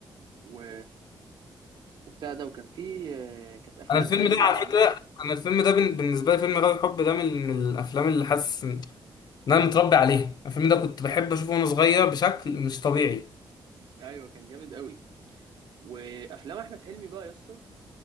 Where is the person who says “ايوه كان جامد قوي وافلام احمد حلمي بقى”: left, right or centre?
Right